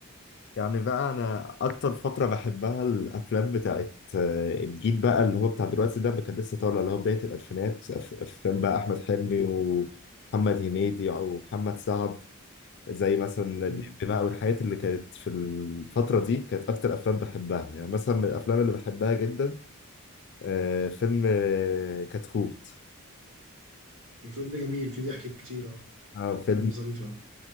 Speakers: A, on the left; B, on the right.
A: يعني بقى انا اكتر فتره بحبها الافلام بتاعت آه، الجيل بقى اللي هو بتاع دلوقتي ده ما كان لسه طالع اللي هو بدايه الالفينات أف- افلام بقى احمد حلمي
B: مم.
A: ومحمد هنيدي ومحمد سعد زي مثلا
B: مم.
A: الليمبي بقى والحاجات اللي كانت في الفترة دي كانت أكتر أفلام بحبها يعني مثلا من الأفلام اللي بحبها جدا آه، فيلم آه، كتكوت
B: الفيلم ده جميل فيه ضحك كتير اه
A: آه، فيلم
B: فيلم ظريف قوي